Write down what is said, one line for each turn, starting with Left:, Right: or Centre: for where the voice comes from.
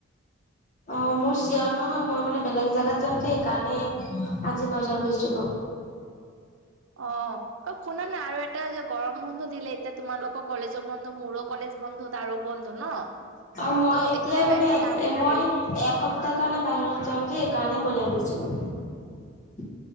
Left: অ মোৰ চিঅৰ নহয়। মই মানে বেলেগ জাগাত যাম যে। সেইকাৰণে আজি বজাৰ গৈছিলো। অ <inaudible>
Right: অ অ শুনা নাই আৰু এটা যে গৰম বন্ধ দিলে এতিয়া তোমালোকৰ কলেজো বন্ধ মোৰো কলেজ বন্ধ। তাৰো ন
Left: অ মই
Right: ত'
Left: এতিয়াই
Right: এতিয়া
Left: মানে
Right: এটা কাম
Left: এ
Right: কৰিম
Left: মই এসপ্তাহ কাৰণে বাহিৰত যাম যে এই কাৰণে বজাৰ গৈছো। <inaudible>